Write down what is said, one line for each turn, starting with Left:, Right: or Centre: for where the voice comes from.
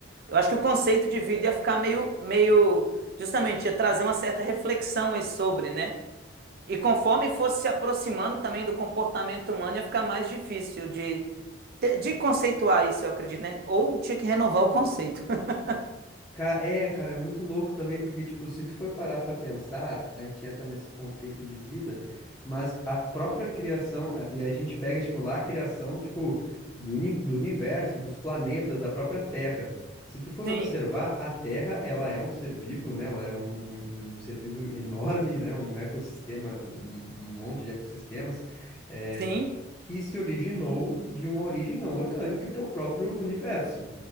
Right: Eu acho que o conceito de vida ia ficar meio, meio, justamente, ia trazer uma certa reflexão aí sobre, né? E conforme fosse se aproximando também do comportamento humano, ia ficar mais difícil de, de, de conceituar isso, eu acredito, né? Ou tinha que renovar o conceito. <laughs>
Left: Ca- É, cara, é muito louco também, porque, tipo, se tu for parar pra pensar, a gente entra nesse conceito de vida, mas a própria criação, a- e a gente pega, tipo, lá a criação, tipo, do, uni- do universo, dos planetas, da própria Terra. Se tu for
Right: Sim,
Left: observar, a Terra, ela é um ser vivo, né? Ela é um, um- um ser vivo enorme, né? Um ecossistema, um, um monte de ecossistemas, é,
Right: sim,
Left: que se originou de uma origem não orgânica, que é o próprio universo